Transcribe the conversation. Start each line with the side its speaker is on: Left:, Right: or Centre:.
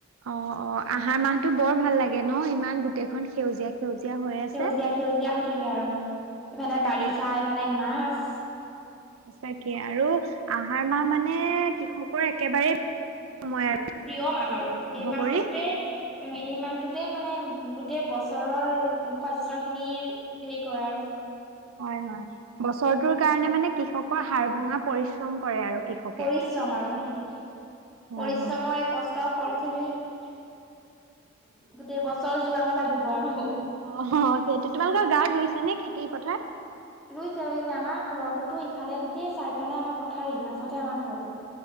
Right: অঁ অঁ' আহাৰ মাহটো বৰ ভাল লাগে ন' ইমান গোটেইখন সেউজীয়া সেউজীয়া হৈ আছে।
Centre: সেউজীয়া সেউজীয়া হৈ থাকে আৰু ইফালে
Right: সঁচাকে
Centre: বাৰিষা, ইফালে মাছ।
Right: সঁচাকে আৰু আহাৰ মাহ মানে কৃষকৰ একেবাৰেই সময় আৰু।
Centre: প্ৰিয় মাহ আৰু এই মাহটোতে
Right: কৰি
Centre: এ এই মাহটোতে মানে গোটেই বছৰৰ শস্য খিনিৰ সেৰি কৰে আৰু।
Right: হয় হয়। বছৰটোৰ কাৰণে মানে কৃষকৰ হাৰ ভঙা পৰিশ্ৰম কৰে আৰু। কৃষকে।
Centre: পৰিশ্ৰম আৰু সেইটোৱে,
Right: হয়
Centre: পৰিশ্ৰমৰ
Right: হয়
Centre: কষ্ট ফল খিনি গোটেই বছৰ জোৰাব লাগিব আৰু।
Right: অহ' সেইটো, তোমালোকৰ গাঁৱত ৰুইছে নে খেতি পথাৰ?
Centre: ৰুইছে ৰুইছে, আমাৰ ঘৰটোতো ইফালে গোটেই চাৰিফালে আমাৰ পথাৰে মাজতে আমাৰ ঘৰটো।